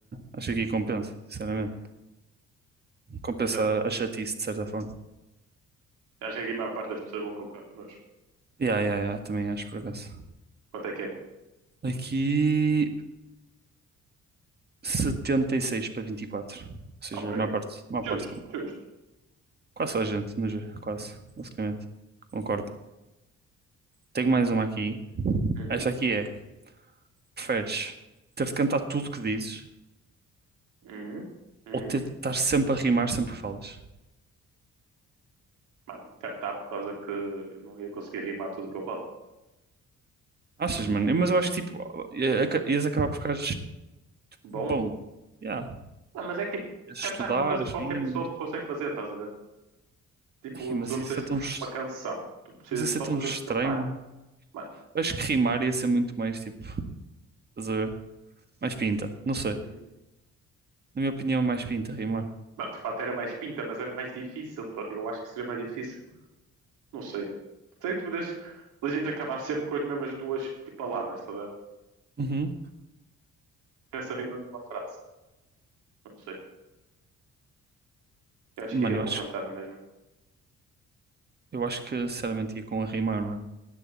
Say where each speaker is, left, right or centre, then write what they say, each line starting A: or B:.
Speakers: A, on the right; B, on the right.
A: acho que aqui compensa, sinceramente.
B: Uhum.
A: Compensa
B: Mesmo-
A: a chatice, de certa forma.
B: Acho que aqui a maior parte das pessoas vão concordar connosco.
A: Yeah, yeah, yeah, também acho, por acaso.
B: Quanto é que é?
A: Aqui setenta e seis para vinte e quatro Ou seja,
B: Ok.
A: a maior parte, a maior
B: Justo,
A: parte com-
B: justo.
A: Quase só a gente, no ge- quase, basicamente. Concordo. Tenho mais uma aqui.
B: Uhum.
A: Esta aqui é: preferes ter de cantar tudo que dizes
B: Uhum. Uhum.
A: ou ter de estar sempre a rimar sempre que falas?
B: Mano, cantar por causa que eu não ia conseguir rimar tudo o que eu falo.
A: Achas, mano? Mas eu acho que tipo, ia- ia- ias acabar por ficar
B: Bom?
A: bom. Yeah.
B: Ah, mas é que tipo,
A: Ias estudar
B: cantar é uma coisa
A: as
B: que qualquer
A: rimas.
B: pessoa consegue fazer, estás a ver? Tipo,
A: Ai, mas
B: tu não
A: isso
B: precisas
A: é
B: que
A: tão,
B: fazer
A: es-
B: uma canção, tu precisas
A: mas isso
B: só
A: é tão
B: de
A: estranho.
B: cantar. Mano,
A: Eu acho que rimar ia ser muito mais tipo, estás a ver? Mais pinta, não sei.
B: uhum.
A: Na minha opinião, é mais pinta rimar.
B: Mano, de fato era mais pinta, mas era mais difícil. tá? Eu acho que seria mais difícil Não sei. Sei que tu podes legit acabar sempre com as mesmas duas tipo, palavras, sabe?
A: Uhum.
B: Essa rima numa frase. Eu não sei. Eu acho
A: Mano,
B: que iria para
A: eu acho,
B: o Cantano mesmo.
A: eu acho que sinceramente ia com a rimar, mano.